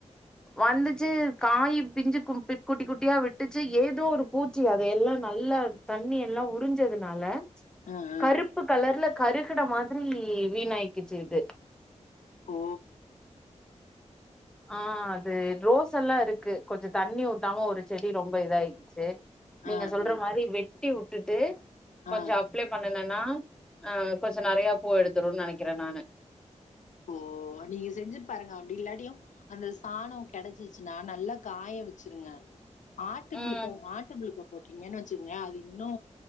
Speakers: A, in the centre; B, on the left.
A: வந்துச்சு காய் பிஞ்சு குட்டி குட்டியா விட்டுச்சு ஏதோ ஒரு பூச்சி அத எல்லா நல்லா தண்ணி எல்லா உரிஞ்சதுனால
B: ஆ ஆ
A: கருப்பு கலர்ல கறுகுன மாதிரி வீணாய்க்குச்சு இது
B: ஓ
A: ஆ அது ரோஸ் எல்லா இருக்கு கொஞ்சோ தண்ணி ஊத்தாம ஒரு செடி ரொம்ப இத ஆயிச்சு நீங்க
B: ஆ
A: சொல்ற
B: ஆ
A: மாரி வெட்டி வு டுட்டு கொஞ்சோ
B: ஆ
A: அப்ளை பண்ணுனன் ஆ கொஞ்சோ நறையா பூ எடுத்துரும்னு நனைக்கிறே நானு
B: போ நீங்க செஞ்சு பாருங்க அப்டி இல்லாட் ட்டியு அந்த சாணோ கெடைச்சிச்சுனா நல்லா காய வச்சிருங்க ஆட்டு புளுக்க
A: ம்
B: ஆட்டு புளுக்க போட்டீங்கன்னு வச்சுக்கங்க அது இன்னு